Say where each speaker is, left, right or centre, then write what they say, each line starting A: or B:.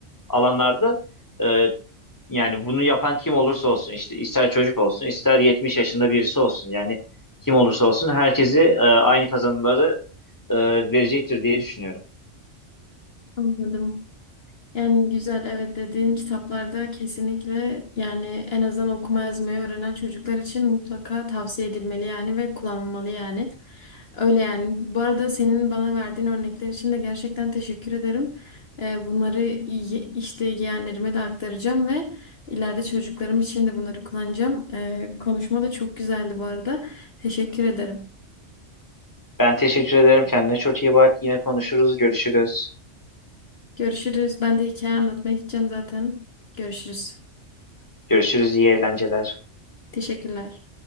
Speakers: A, on the left (about 15°); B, on the left (about 55°).
A: alanlarda e, yani bunu yapan kim olursa olsun işte ister çocuk olsun ister 70 yaşında birisi olsun yani kim olursa olsun herkesi e, aynı kazanımları e, verecektir diye düşünüyorum.
B: Anladım. Yani güzel evet dediğin kitaplarda kesinlikle yani en azından okuma yazmayı öğrenen çocuklar için mutlaka tavsiye edilmeli yani ve kullanılmalı yani. Öyle yani. Bu arada senin bana verdiğin örnekler için de gerçekten teşekkür ederim. Ee, bunları iyi- işte yeğenlerime de aktaracağım ve ileride çocuklarım için de bunları kullanacağım. Ee, konuşma da çok güzeldi bu arada. Teşekkür ederim.
A: Ben teşekkür ederim kendine. Çok iyi bak. Yine konuşuruz, görüşürüz.
B: Görüşürüz. Ben de hikaye anlatmaya gideceğim zaten. Görüşürüz.
A: Görüşürüz, iyi eğlenceler.
B: Teşekkürler.